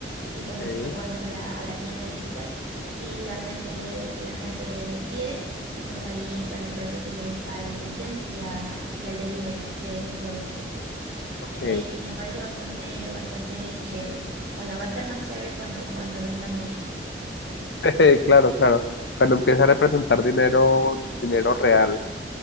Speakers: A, on the right; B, on the left.
A: y pues así
B: ¿eh?
A: lo pones a la, a la tienda digital y la gente, la gente pide y pues ahí está la empresa que se dedica a la impresión y, a, y al delivery de ese producto.
B: Ok,
A: Me, y me parece bastante, bastante chévere. Bueno, va a estar más chévere cuando, cuando venda mucho.
B: <laughs> claro, claro. Cuando empieza a representar dinero, dinero real.